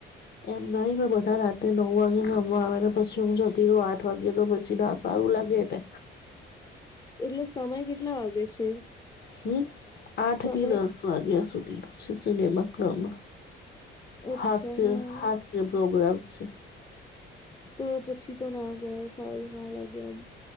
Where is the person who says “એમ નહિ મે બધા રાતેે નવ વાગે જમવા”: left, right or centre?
Left